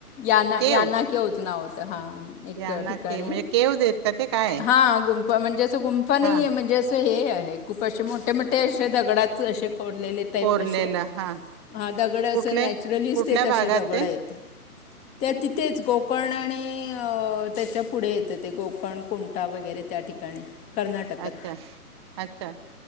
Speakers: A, on the left; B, on the right.
A: याना
B: केव
A: यांना केहज नाव त हां एक
B: या ना
A: ठिकाणी
B: के म्हणजे केव देत का ते काय आहे?
A: हा गुंफ म्हणजे असं गुंफा नाही
B: हा
A: आहे म्हणजे असं हे आहे. नाही खूप अशे मोठे मोठ ते असे दगडाच असे फोडलेले टाईप
B: कोरलेलं
A: असे
B: हा
A: हा दगड असं
B: कुठले
A: नॅचरलीच
B: कुठल्या
A: ते तसेे
B: भागात
A: दगड
B: ते
A: आहेत. त्या तिथेच कोकण आणि अ त्याच्या पुढे येतं ते गोकर्ण कुमटा वगैरे त्या ठिकाणी. कर्नाटकात
B: अच्छा अच्छा.